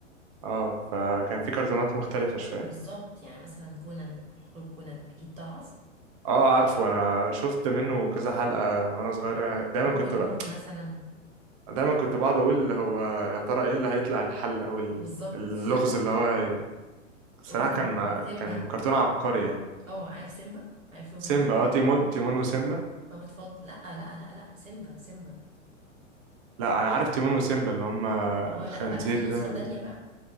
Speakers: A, on the right (about 30°); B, on the right (about 85°).
A: اه فكان في كرتونات مختلفة شوية
B: بالظبط يعني مثلا كونان حقوق كونان اكيد تعرف
A: اه عارفه انا شفت منه كذا حلقة وانا صغير دايما
B: روبن
A: كنت بقى
B: هود مثلا
A: دايما كنت بقعد اقول هو يا ترى ايه اللي هيطلع الحل او ال-
B: بالظبط
A: اللغز
B: <laughs>
A: اللي هو هي- الصراحة
B: روبن
A: كان
B: هود سيمبا
A: كان كرتون عبقري يعني
B: اه عارف سيمبا عارف روبن
A: سيمبا
B: هود
A: اه تيمون تيمون وسيمبا
B: طب اتفضل لا لا لا لا سيمبا سيمبا
A: لا انا عارف تيمون وسيمبا اللي هم الخنزير
B: اه لا بقى في نسخة
A: ده
B: تانية بقى